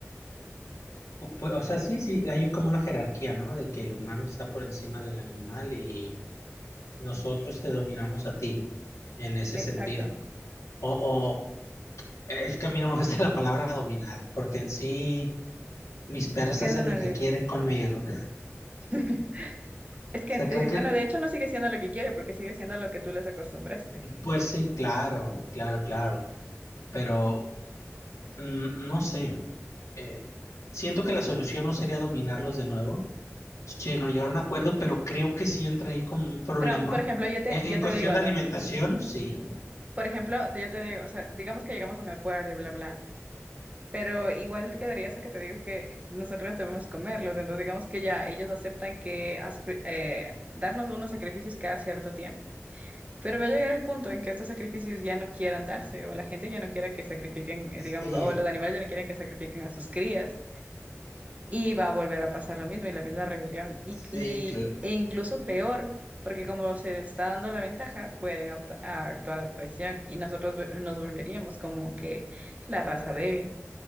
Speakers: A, on the left (about 80°); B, on the right (about 30°).
A: pu- pu- o sea, sí, sí, hay como una jerarquía, ¿no? De que el humano está por encima del animal y Nosotros te dominamos a ti en ese
B: Exacto.
A: sentido. O, o es que a mí no me gusta la palabra dominar, porque en sí mis persas
B: Es que es
A: hacen
B: una
A: lo que
B: idea.
A: quieren conmigo. O
B: <laughs> Es que,
A: sea, creo
B: eh,
A: que,
B: bueno, de hecho no sigue siendo lo que quiere porque sigue siendo lo que tú les acostumbraste.
A: pues sí, claro, claro, claro. Pero mm, no sé. Eh, siento que la solución no sería dominarlos de nuevo, sino llegar a un acuerdo, pero creo que sí entra ahí como un problema.
B: Pero, por ejemplo, yo te,
A: En,
B: yo
A: en
B: te
A: cuestión
B: digo,
A: de
B: no.
A: alimentación, sí.
B: Por ejemplo, yo te digo, o sea, digamos que llegamos a un acuerdo y bla, bla. Pero igual quedaría eso que te digo que nosotros debemos comerlos, entonces digamos que ya ellos aceptan que as- eh, darnos unos sacrificios cada cierto tiempo. Pero va a llegar el punto en que estos sacrificios ya no quieran darse, o la gente ya no quiera que sacrifiquen, eh,
A: Sí,
B: digamos, o los animales ya no quieren que sacrifiquen a sus crías. Y va a volver a pasar lo mismo y la misma rebelión. Y,
A: sí,
B: y-
A: claro.
B: e incluso peor, porque como se está dando la ventaja, pueden auto- a- actuar a traición y nosotros nos volveríamos como que la raza débil.